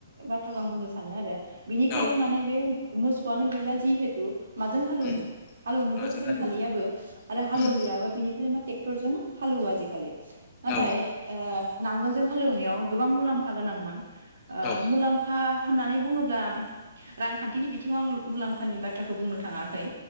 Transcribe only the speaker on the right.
बाथ्राखौ आं बुंनो सानो आरो बिनिखायनो
माने बे मोसौआनो गैला जिहेतु माजों हालौवनो
हालौनोबो
रोंखालियाबो
आरो हालौवरियाबो
बेफोरो मा ट्रेक्टरजों हालोवो आजिखालि नाथाय
ओ नांगोलजों हालेवनायाव गोबां मुलाम्फा गोनांमोन आ
मुलाम्फा होननानै बुङोब्ला रांखान्थिनि बिथिङाव आं मुलाम्फानि बाथ्राखौ बुंनो थाङाखै